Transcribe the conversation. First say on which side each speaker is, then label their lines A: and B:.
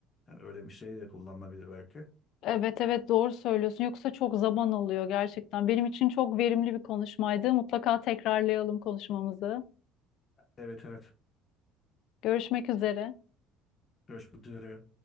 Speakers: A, on the left (about 40°); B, on the left (about 65°).
A: Yani öyle bir şey de kullanılabilir belki.
B: Evet evet doğru söylüyorsun. Yoksa çok zaman alıyor gerçekten. Benim için çok verimli bir konuşmaydı. Mutlaka tekrarlayalım konuşmamızı.
A: Evet evet.
B: Görüşmek üzere.
A: Görüşmek üzere.